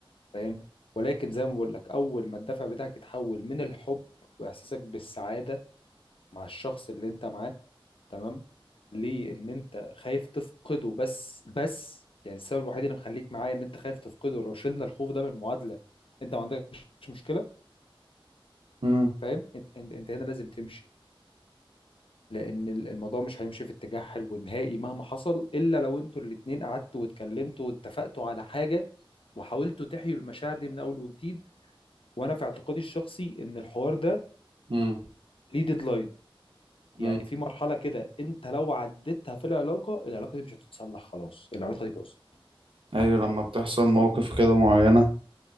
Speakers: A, on the left; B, on the right.
A: فاهم ولكن زي ما بقول لك اول ما الدافع بتاعك يتحول من الحب واحساسك بالسعاده مع الشخص اللي انت معاه تمام ليه ان انت خايف تفقده بس بس يعني السبب الوحيد اللي مخليك معايا ان انت خايف تفقده لو شلنا الخوف ده من المعادله انت ما عندكش مشكله
B: امم
A: فاهم انت انت, انت هنا لازم تمشي لان ال- الموضوع مش هيمشي في اتجاه حلو نهائي مهما حصل الا لو انتوا الاتنين قعدتوا واتكلمتوا واتفقتوا على حاجه وحاولتوا تحيوا المشاعر دي من اول وجديد وانا في اعتقادي الشخصي ان الحوار ده
B: امم
A: ليه ديدلاين يعني
B: امم
A: في مرحله كده انت لو عديتها في العلاقه العلاقه دي مش هتتصلح خلاص العلاقه دي باظت
B: ايوه لما بتحصل مواقف كده معينة